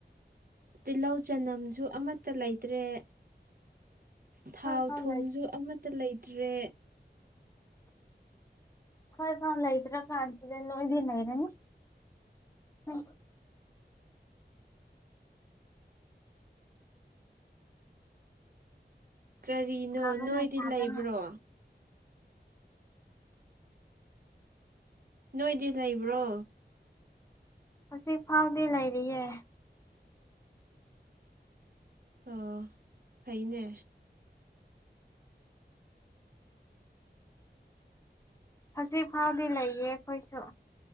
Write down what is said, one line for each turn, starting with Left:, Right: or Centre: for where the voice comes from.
Right: ꯇꯤꯜꯂꯧ ꯆꯅꯝꯁꯨ ꯑꯃꯠꯇ ꯂꯩꯇ꯭ꯔꯦ
Left: ꯑꯩꯈꯣꯏ
Right: ꯊꯥꯎ
Left: ꯐꯥꯎ
Right: ꯊꯨꯝꯁꯨ
Left: ꯂꯩ
Right: ꯑꯃꯠꯇ ꯂꯩꯇ꯭ꯔꯦ
Left: ꯍꯣꯏ ꯈꯥꯎ ꯂꯩꯇ꯭ꯔꯥ ꯀꯥꯟꯁꯤꯗ ꯅꯣꯏꯗꯤ ꯂꯩꯔꯅꯤ ꯍꯣꯏ
Right: ꯀꯔꯤꯅꯣ
Left: ꯁꯥꯕꯅ
Right: ꯅꯣꯏꯗꯤ
Left: ꯁꯥꯕꯅ
Right: ꯂꯩꯕ꯭ꯔꯣ ꯅꯣꯏꯗꯤ ꯂꯩꯕ꯭ꯔꯣ
Left: ꯍꯧꯖꯤꯛ ꯐꯥꯎꯗꯤ ꯂꯩꯔꯤꯌꯦ
Right: ꯑꯣ ꯐꯩꯅꯦ
Left: ꯍꯧꯖꯤꯛ ꯐꯥꯎꯗꯤ ꯂꯩꯌꯦ ꯑꯩꯈꯣꯏꯁꯨ